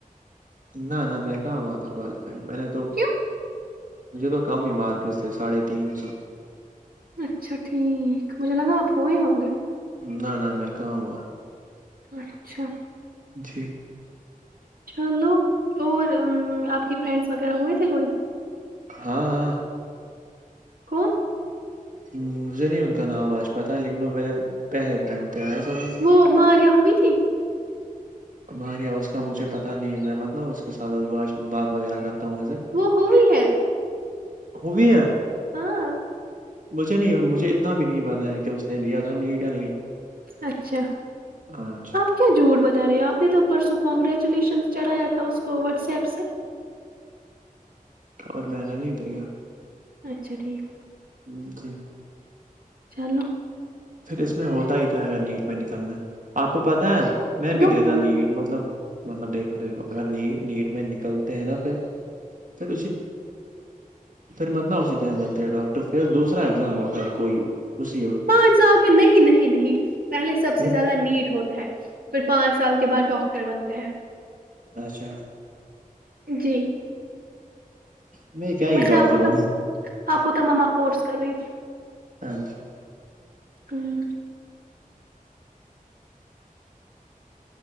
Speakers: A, on the right (about 65°); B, on the right (about 80°).
A: نہ نہ میں کہاں ہوا تھا کوالیفائی میں نے تو
B: کیوں
A: مجھے تو کم ہی مارکس تھے ساڑھے تین سو
B: اچھا ٹھیک مجھے لگا آپ ہوئے ہوں گے
A: نہ نہ میں کہاں ہوا
B: اچھا
A: جی
B: چلو اور آپ کی فرینڈس وغیرہ ہوئے تھے کوئی
A: ہاں ہاں
B: کون
A: مجھے نہیں ان کا نام آج پتہ ہے لیکن وہ میرے پہلے فرینڈ تھے آیا سمجھ
B: وہ ماریا ہو تھی
A: ماریا اس کا مجھے پتاہ نہیں محمت ن اس کے ساتھ بات وغیرہ کر سے
B: وہ ہوئی ہے
A: ہو بھی ہے
B: ہاں
A: مجھے نہیں مجھے اتنا بھی نہیں پتا ہے کہ اس نے دیا تھا نیٹ یا نہیں
B: اچھا
A: ہاں جی
B: آپ کیا جھوٹ بتا رہی ہے آپ نے تو پرسوں کنگریچولیشن چڑھیا تھا اس کو واٹس ایپ سے
A: اور میں نے نہیں دیا
B: اچھا ٹھیک
A: ہمم جی
B: چلو
A: پھر اس میں ہوتا ہی کیا اگر نیٹ میں نکلنا آپ کو پتہ ہے میں
B: ڈاکٹر
A: بھی دیتا نیٹ مطلب مطلب دیکھو دیکھو اگر نیٹ میں نکلتے ہیں نا پھر پھر اسے پھر متنا اسی ٹائم بنتے ہیں ڈاکٹر پھر دوسرا ایگزام ہوتا ہے کوئی مصیبت
B: پانچ سال کے نہیں نہیں نہیں پہلے سب
A: پھر
B: سے زیادہ نیٹ ہوتا ہے پھر پانچ سال کے بعد ڈاکٹر بنتے ہیں
A: اچھا
B: جی
A: نہیں کیا ہی
B: ویسے
A: ڈاکٹر
B: آپ کو تو
A: بنا
B: آپ کو تو مما فورس کر رہی تھی
A: ہاں جی
B: ہمم